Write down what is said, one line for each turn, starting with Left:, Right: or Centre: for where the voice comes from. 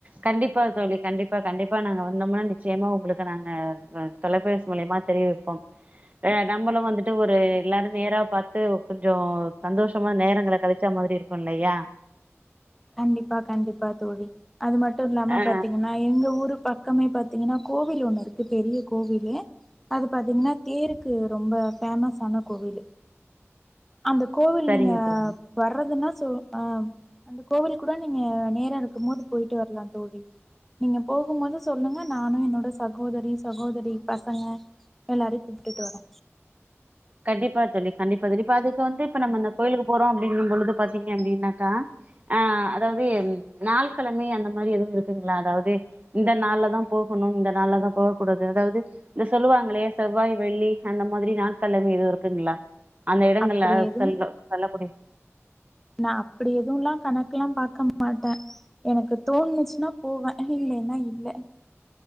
Right: கண்டிப்பா தோழி கண்டிப்பா கண்டிப்பா நாங்க வந்தோம்னா நிச்சயமா உங்களுக்கு நாங்க வ தொலைபேசி மூலியமா தெரிய வெப்போ நம்மளு வந்துட்டு ஒரு எல்லாரு நேரா பாத்து கொஞ்சோ சந்தோஷமா நேரங்கள கழிச்சா மாரி இருப் போல்லையா
Centre: கண்டிப்பா கண்டிப்பா தோழி அது மட்டு இல்லாம
Right: ஆ
Centre: பாத்தீங்கன்னா எங்க ஊரு பக்கமே பாத்தீங்கன்னா கோவில் ஒண்ணு இருக்கு பெரிய கோவிலு அது பாத்தீங்கன்னா தேருக்கு ரொம்ப ஃபேமஸ்ஸான கோவிலு அந்த கோவில்
Right: சரிங்க
Centre: நீங்க
Right: தோழி
Centre: வர்றதுன்னா சொ ஆ அந்த கோவில் கூட நீங்க நேர இருக்கும் போது போயிட்டு வர்லா தோழி நீங்க போகும்போது சொல்லுங்க நானு என்னோட சகோதரி சகோதரி பசங்க எல்லாரையு கூப்டுட்டு வரோ
Right: கண்டிப்பா தோழி கண்டிப்பா தோழி இப்ப அதுக்கு வந்து இப்ப நம்ம அந்த கோயில்கு போறோ அப்டிங்கும் பொழுது பாத்தீங்க அப்டின்னாக்கா ஆ அதாவது எ நாள் கெழமை அந்த மாரி எதுவு இருக்குங்களா அதாவது இந்த நாள்ல தா போகணு இந்த நாள்லதா போக கூடாது அதாவ்து இந்த சொல்லுவாங்களே செவ்வாய் வெள்ளி அந்த மாதிரி நாள் கெழமை எதுவு இருக்குங்களா அந்த இடங்கல்ல
Centre: அப்படி எதுவு
Right: சொல்ல சொல்ல கூடிய
Centre: நா அப்டி எதுவுலா கணக்குல்லா பாக்க மாட்டே எனக்கு தோணுச்சுன்னா போவே இல்லைன்னா இல்ல